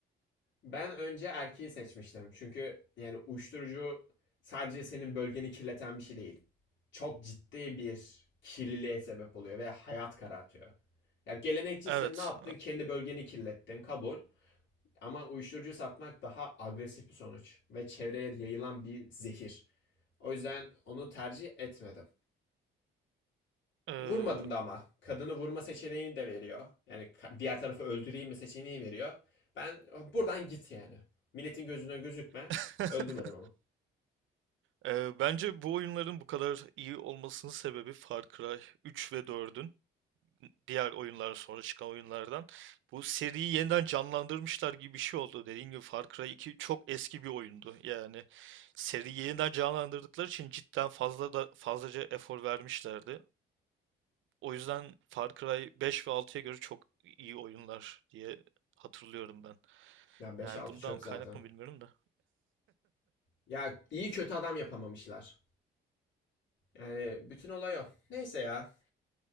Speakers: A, on the left; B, on the right.
A: Ben önce erkeği seçmiştim. Çünkü yani uyuşturucu sadece senin bölgeni kirleten bir şey değil. Çok ciddi bir kirliliğe sebep oluyor ve hayat karartıyor. Ya gelenekçisin,
B: Evet.
A: ne yaptın? Kendi bölgeni kirlettin, kabul. Ama uyuşturucu satmak daha agresif bir sonuç ve çevreye yayılan bir zehir. O yüzden onu tercih etmedim.
B: Eee,
A: Vurmadım da ama. Kadını vurma seçeneğini de veriyor. Yani diğer tarafı öldüreyim mi seçeneği veriyor. Ben buradan git yani. Milletin gözüne gözükme.
B: <laughs>
A: Öldürmedim ama.
B: eee, bence bu oyunların bu kadar iyi olmasının sebebi Far Cry 3 ve 4'ün diğer oyunlar sonra çıkan oyunlardan. Bu seriyi yeniden canlandırmışlar gibi bir şey oldu. Dediğim gibi Far Cry 2 çok eski bir oyundu. Yani seriyi yeniden canlandırdıkları için cidden fazla da fazlaca efor vermişlerdi. O yüzden Far Cry 5 ve altıya göre çok iyi oyunlar diye hatırlıyorum ben.
A: Ya beş
B: Yani
A: altı
B: bundan
A: çöp zaten.
B: kaynak mı bilmiyorum da.
A: Ya iyi kötü adam yapamamışlar. Yani bütün olay o. Neyse ya.